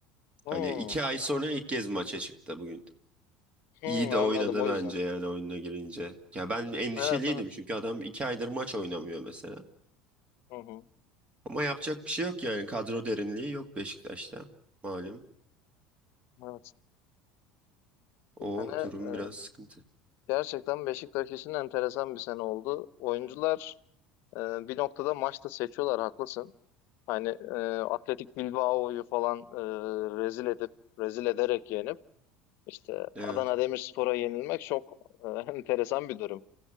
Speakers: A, on the left (about 65°); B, on the right (about 25°).
A: Hmm,
B: Hani iki ay sonra ilk kez maça çıktı bugün.
A: hmm,
B: İyi de
A: anladım
B: oynadı
A: o
B: bence
A: yüzden.
B: yani oyuna girince. Ya ben endişeliydim
A: Evet evet.
B: çünkü adam iki aydır maç oynamıyor mesela.
A: Hı hı,
B: Ama yapacak bir şey yok yani kadro derinliği yok Beşiktaş'ta malum.
A: evet. Bu
B: O
A: sene
B: durum
A: e,
B: biraz sıkıntı.
A: gerçekten Beşiktaş için enteresan bir sene oldu. Oyuncular e, bir noktada maçta seçiyorlar haklısın. Hani e, Atletik Bilbao'yu falan e, rezil edip rezil ederek yenip işte
B: Evet.
A: Adana Demirspor'a yenilmek çok e, <laughs> enteresan bir durum.